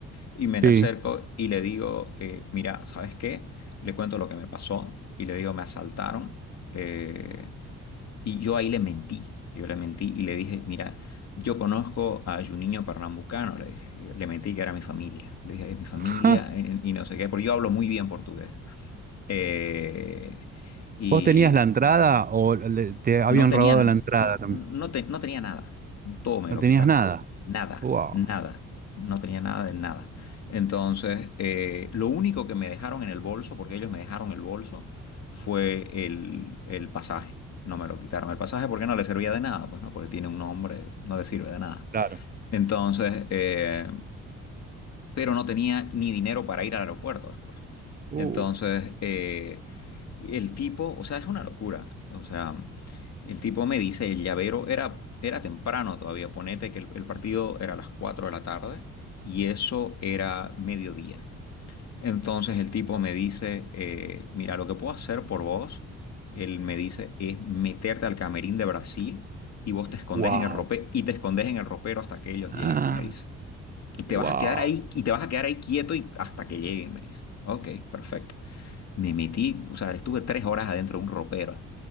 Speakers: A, on the left; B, on the right.
A: Y me le
B: sí.
A: acerco y le digo, eh, mira, ¿sabes qué? Le cuento lo que me pasó y le digo, me asaltaron. eh, y yo ahí le mentí, yo le mentí y le dije, mira, yo conozco a Juninho Pernambucano, le dije, le mentí que era mi familia. Le dije, es mi familia
B: Ja,
A: eh, y no sé qué, porque yo hablo muy bien portugués. Eh, y
B: ¿Vos tenías la entrada o le- te habían
A: no tenían,
B: robado la entrada también?
A: no, te- no tenía nada. Todo me
B: No
A: lo
B: tenías
A: quitaron.
B: nada.
A: Nada,
B: Wow,
A: nada. No tenía nada de nada. Entonces, eh, lo único que me dejaron en el bolso, porque ellos me dejaron el bolso, fue el, el pasaje. No me lo quitaron el pasaje porque no le servía de nada, pues no, porque tiene un nombre, no le sirve de nada.
B: claro.
A: Entonces, eh, pero no tenía ni dinero para ir al aeropuerto después.
B: Uh,
A: Entonces, eh, el tipo, o sea, es una locura. O sea, el tipo me dice, el llavero era, era temprano todavía, ponete que el, el partido era a las 4 de la tarde y eso era mediodía. Entonces el tipo me dice, eh, mira, lo que puedo hacer por vos, él me dice, es meterte al camerín de Brasil y vos te escondes
B: wow.
A: en el rope y te escondes en el ropero hasta que ellos lleguen,
B: Ah,
A: me dice. Y te
B: wow.
A: vas a quedar ahí, y te vas a quedar ahí quieto y hasta que lleguen, me dice. Ok, perfecto. Me metí, o sea, estuve tres horas adentro de un ropero,